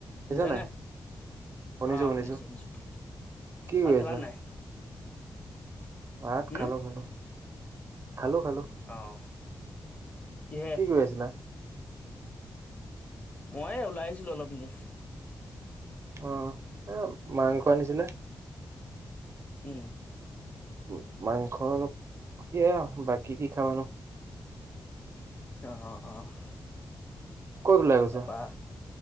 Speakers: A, on the left; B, on the right.
A: শুনিছানে?
B: শুনিছা নাই? শুনিছো
A: অ'!
B: শুনিছো।
A: শুনিছোঁ, শুনিছোঁ।
B: কি
A: ভাত
B: কৰি
A: খালা
B: আছা?
A: নাই?
B: ভাত
A: উম,
B: খালোঁ, খালোঁ। খালোঁ, খালোঁ।
A: অ' কিহে?
B: কি কৰি আছিলা?
A: মই ওলাই আহিছিলোঁ অলপ এনে।
B: অ'! এ, মাংস আনিছিলে।
A: উম!
B: উম! মাংস অলপ খুজি আঁ বাকি কি খাব নো।
A: অ' অ' অ'!
B: ক'ত ওলাই গৈছা?
A: তাৰপা